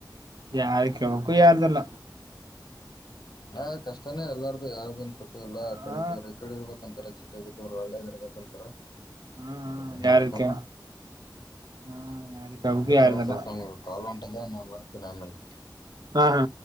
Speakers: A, on the right; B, on the left.
A: ಯಾರಕ್ಕೆ ಕೇಳೋಕ್ಕೂ ಯಾರದಲ್ಲ
B: ಅಲ್ಲ ಕಷ್ಟನೇ ಎಲ್ಲಾರ್ದು ಯಾರುನ್ ಸುತ್ತ ಎಲ್ಲ
A: ಹ
B: ಕಡೆ ಇದರು ಈ ಕಡೆ ಇರ್ಬೇಕ ಅಂತಾರೆ ಚ ದೂರ್ ಒಳ್ಳೆ ಇರ್ಬೇಕಂತರ
A: ಹ್ಮ್
B: ಅವ ನೋಡಕು
A: ಯಾರಕ್ಕೆ ಹ್ಮ ಯಾರಕ್ಕಾಗಬೇಕು
B: ಅದವಾ
A: ಯಾರ್ದಲ್ಲ
B: ಸುಲ್ತಾನ್ ಕಾಲ ಅಂಟದ ನಾು ಮಾಡರ್ತೀನಿ ಆಮೇಲೆ
A: ಹಾ ಹಾ